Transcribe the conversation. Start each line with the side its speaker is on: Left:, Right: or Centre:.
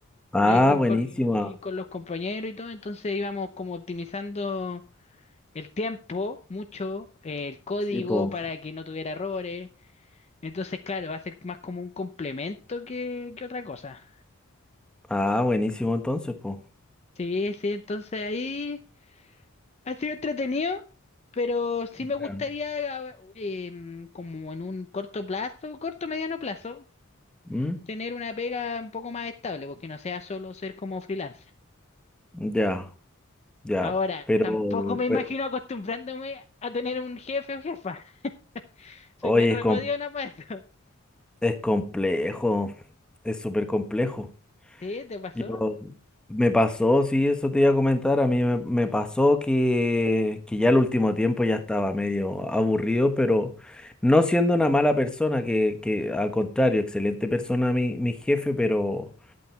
Centre: Ah,
Left: ahí con,
Centre: buenísima.
Left: con- ahí con los compañeros y todo, entonces íbamos como optimizando el tiempo mucho, eh, el código
Centre: Sí, po.
Left: para que no tuviera errores. Entonces, claro, va a ser más como un complemento que, que otra cosa.
Centre: Ah, buenísimo entonces, pues.
Left: Sí, sí, entonces ahí ha sido entretenido. Pero sí me gustaría,
Centre: Ya.
Left: eh, em, como en un corto plazo, corto mediano plazo,
Centre: ¿Mm?
Left: tener una pega un poco más estable, porque no sea solo ser como freelancer.
Centre: Ya, ya.
Left: Ahora,
Centre: Pero,
Left: tampoco me imagino
Centre: pe-
Left: acostumbrándome a tener un jefe o jefa. <laughs> Soy
Centre: oye,
Left: bien regodiona
Centre: es, com-
Left: para eso. <laughs>
Centre: es complejo. Es súper complejo.
Left: ¿Sí? ¿Te pasó?
Centre: Pero Me pasó, sí, eso te iba a comentar, a mí me, me pasó que, que ya el último tiempo ya estaba medio aburrido, pero no siendo una mala persona, que, que al contrario, excelente persona mi, mi jefe, pero,